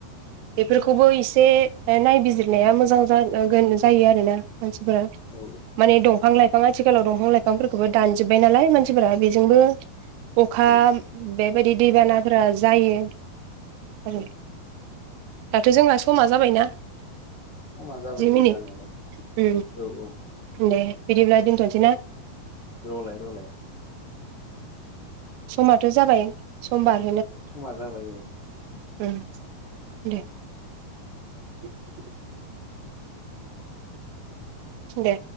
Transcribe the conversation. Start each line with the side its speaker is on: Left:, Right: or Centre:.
Right: बेफोरखौबो एसे नायबिजिरनाया मोजां जा गोन जायो आरोना मानसिफोरा
Left: औ
Right: माने दंफां लाइफ बिफां आथिखालाव दंफां लाइफांफोरखौबो दानजोब्बाय नालाय मानसिफोरा बेजोंबो अखा
Left: औ
Right: बेबायदि दैबानाफोरा जायो आरो
Left: औ
Right: दाथ' जोंना समा जाबायना
Left: समा जाबाय
Right: जि मिनिट
Left: औ जानायालाय
Right: उम
Left: औ औ
Right: दे बिदिब्ला दोनथ'नोसैना?
Left: रलाय रलाय
Right: समाथ' जाबाय समबार
Left: समा जाबाय।
Right: उम दे <inaudible> दे